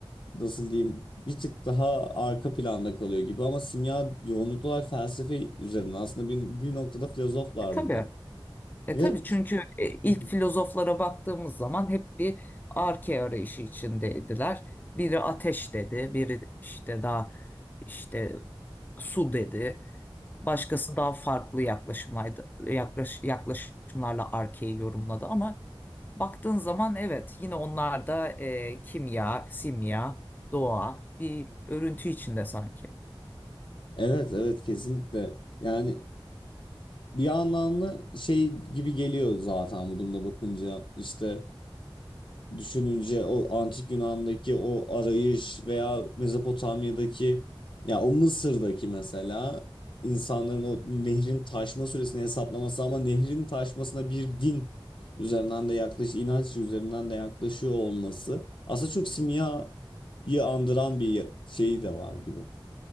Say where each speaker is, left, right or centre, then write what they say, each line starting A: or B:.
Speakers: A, on the left; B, on the left.
A: nasıl diyeyim bir tık daha arka planda kalıyor gibi ama simya yoğunluklu olarak felsefe üzerine aslında bir, bir noktada filozoflardı
B: E, tabii.
A: da.
B: E
A: Ve
B: tabii çünkü e, ilk
A: <laughs>
B: filozoflara baktığımız zaman hep bir arke arayışı içindeydiler. Biri ateş dedi, biri işte daha işte su dedi. Başkası daha farklı yaklaşımlardı, yaklaş, yaklaşımlarla arkeyi yorumladı ama baktığın zaman evet yine onlar da e, kimya, simya, doğa bir örüntü içinde sanki.
A: Evet evet kesinlikle. Yani bir anlamda şey gibi geliyor zaten bu durumda bakınca işte düşününce o antik Yunan'daki o arayış veya Mezopotamya'daki ya o Mısır'daki mesela insanların o nehrin taşma süresini hesaplaması ama nehrin taşmasına bir din üzerinden de yaklaş inanç üzerinden de yaklaşıyor olması aslında çok simyayı andıran bir şeyi de var gibi.